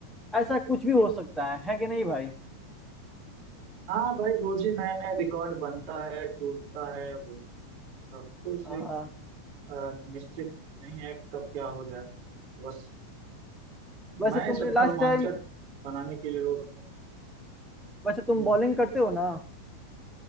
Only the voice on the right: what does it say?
हाँ भाई रोज ही नया नया रिकॉर्ड बनता है टूटता है वो सब कुछ
एक अ, निश्चित नहीं है कब क्या हो जाए बस
मैच
अपना
रोमांचक
बनाने के लिए लोग अपने
हम्म,